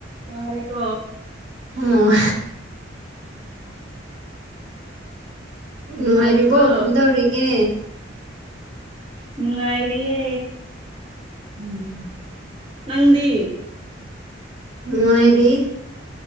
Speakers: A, on the right; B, on the right.
A: ꯇꯥꯔꯦꯀꯣ
B: ꯑꯣ
A: ꯅꯨꯡꯉꯥꯏꯔꯤꯕ
B: ꯅꯨꯡꯉꯥꯏꯔꯤꯕꯣ ꯀꯔꯝꯗꯧꯔꯤꯒꯦ
A: ꯅꯨꯡꯉꯥꯏꯔꯤꯌꯦ
B: <inaudible>
A: ꯅꯪꯗꯤ
B: ꯅꯨꯡꯉꯥꯏꯔꯤ